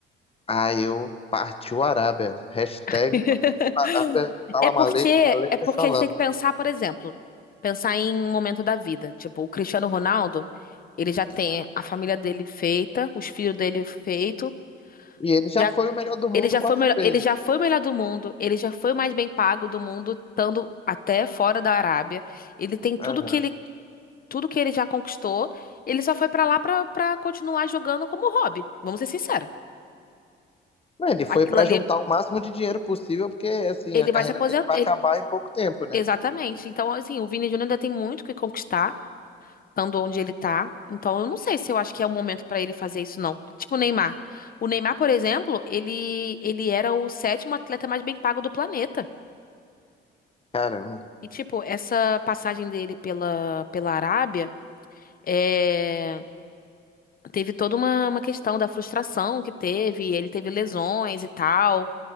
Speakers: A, on the left; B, on the left.
A: Ah, eu partiu Arábia. Hashtag
B: <laughs>
A: Arábia, salam
B: É porque
A: aleikum, aleikum
B: é porque
A: salam.
B: a gente tem que pensar, por exemplo, pensar em um momento da vida. Tipo, o Cristiano Ronaldo, ele já tem a família dele feita, os filhos dele feito,
A: E ele já
B: já
A: foi o melhor do mundo
B: ele já
A: quatro
B: foi o melhor,
A: vezes.
B: ele já foi o melhor do mundo, ele já foi o mais bem pago do mundo, estando até fora da Arábia. Ele tem tudo
A: Aham.
B: que ele tudo que ele já conquistou, ele só foi pra lá pra para continuar jogando como hobby. Vamos ser sinceros.
A: Não, ele foi
B: Aquilo
A: pra
B: ali,
A: juntar o máximo de dinheiro possível, porque assim,
B: ele
A: a carreira
B: vai se aposentar.
A: dele vai
B: ele-
A: acabar em pouco tempo, né?
B: Exatamente. Então, assim, o Vini Júnior ainda tem muito o que conquistar, estando onde ele tá. Então, eu não sei se eu acho que é o momento pra ele fazer isso, não. Tipo o Neymar. O Neymar, por exemplo, ele, ele era o sétimo atleta mais bem pago do planeta.
A: Caramba.
B: E, tipo, essa passagem dele pela, pela Arábia é, teve toda uma, uma questão da frustração que teve. Ele teve lesões e tal.